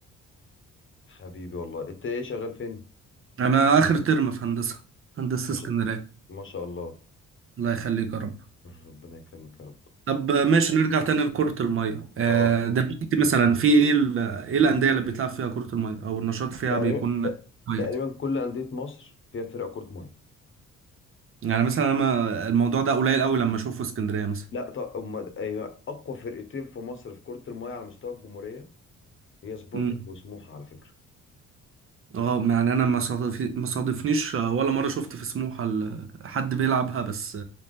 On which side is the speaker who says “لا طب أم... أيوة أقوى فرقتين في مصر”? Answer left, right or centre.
Left